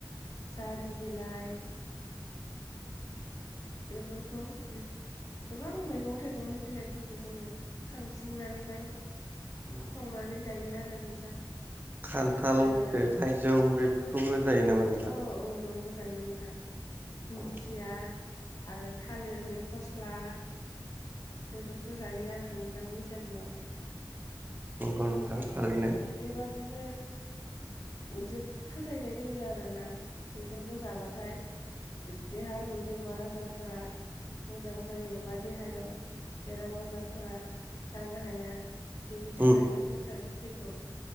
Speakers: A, on the left; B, on the right.
A: जारि बिलाइ बेफोरखौ बे गोबां मैगं थाइगंनि बिलाइफोरखौ जोङो खांथिंनानैहाय संनानै
B: उम
A: जायो आरो नोंथां
B: खान्थाल
A: आरो
B: बे थाइजौ बेफोरखौबो जायो नामा नोंथां
A: औ औ नंगौ जायो नोंथां दिंखिया
B: औ
A: आरो थालिरनि फस्ला बेफोरखौ जायो आरो नोंथां बैसागोआव
B: औ नोंथां थारैनो
A: बेबादिनो मोनसे फोथायनाय दोङो आरो ना बेफोरखौ जाबा थाय देहानि बेमार आजारफोरा मोजां जायो बा देहायाव बेराम आजारफोरा जानो हाया बेनि थाखाय
B: उम
A: बे गोखा गोखैखौ